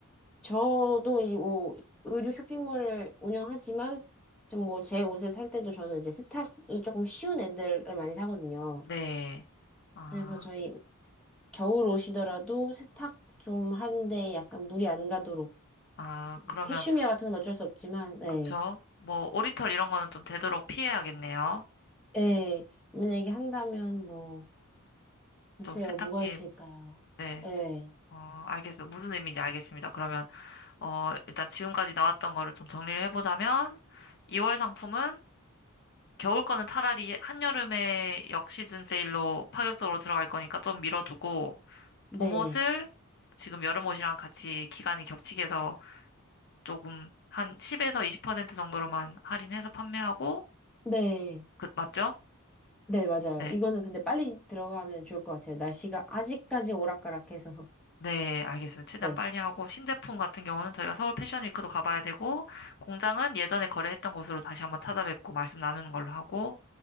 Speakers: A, in the centre; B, on the left.
A: 저도 이 뭐 의류 쇼핑몰을 운영하지만 좀 뭐 제 옷을 살 때도 저는 이제 세탁이 조금 쉬운 애들을 많이 사거든요.
B: 네. 아,
A: 그래서 저희 겨울 옷이더라도 세탁 좀 하는데 약간 물이 안 가도록
B: 아,
A: 뭐
B: 그러면,
A: 캐슈미어 같은 건 어쩔 수 없지만, 예.
B: 그쵸? 뭐, 오리털 이런 거는 좀 되도록 피해야겠네요.
A: 예. 만약에 한다면 뭐, 글쎄요,
B: 좀 세탁기에,
A: 뭐가 있을까요?
B: 네,
A: 예.
B: 어, 알겠어요. 무슨 의미인지 알겠습니다. 그러면, 어, 일단 지금까지 나왔던 거를 좀 정리를 해보자면, 2월 상품은 겨울 거는 차라리 한여름에 역시즌 세일로 파격적으로 들어갈 거니까 좀 밀어두고,
A: 네.
B: 봄옷을 지금 여름옷이랑 같이 기간이 겹치게 해서 조금 한 10에서 20% 정도로만 할인해서 판매하고,
A: 네.
B: 그, 맞죠?
A: 네, 맞아요.
B: 네.
A: 이거는 근데 빨리 들어가면 좋을 것 같아요. 날씨가 아직까지 오락가락해서. <laughs>
B: 네, 알겠습니다. 최대한
A: 네.
B: 빨리 하고, 신제품 같은 경우는 저희가 서울 패션위크도 가봐야 되고, 공장은 예전에 거래했던 곳으로 다시 한번 찾아뵙고 말씀 나누는 걸로 하고,